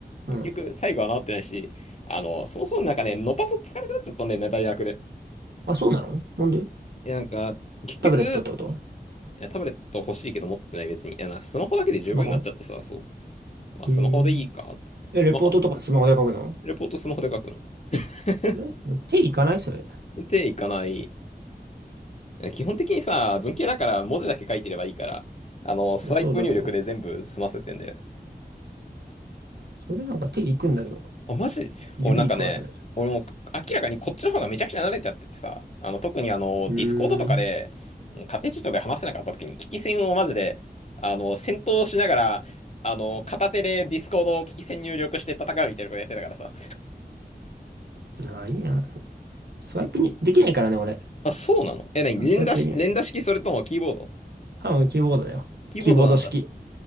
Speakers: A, on the right (about 75°); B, on the left (about 40°).
A: のうん。
B: 結局、最後は治ってないし、あの、そもそもなんかね、伸ばすつかなくなっちゃったんだよね、大学で。
A: あ、そうなのなんで
B: いや、なんか、結局、
A: タブレットってこと
B: いや、タブレット欲しいけど持ってない別に。いや、なスマホだけで十分になっちゃってさ、
A: スマホ
B: そう。まあ、
A: うーん。
B: スマホでいいか、つって。
A: え、
B: スマホ、
A: レポートとかスマホで書くの
B: レポートスマホで書くの。<laughs>
A: え手いかないそれ。
B: っていかない。基本的にさ、文系だから文字だけ書いてればいいから、あの、スワイプ入力で全部済ませてんだよね。
A: いやそうだけど。それなんか手いくんだけど。
B: あ、マジ俺なんかね、
A: 指いくわ、それ。
B: 俺も明らかにこっちの方がめちゃくちゃ慣れちゃっててさ、あの、特にあの、
A: うーん。
B: ディスコードとかで、うん家庭チートで話せなかった時に、危機戦をマジで、あの、戦闘しながら、あの、片手でディスコードを危機戦入力して戦うみたいなことやってたからさ。
A: あ、いいな。スワイプに、できないからね、俺。
B: あ、そうなのえ、なに、連打し、
A: スワイプできない。
B: 連打式それともキーボード
A: 多分キーボードだよ。
B: キーボードなんだ。
A: キーボード式。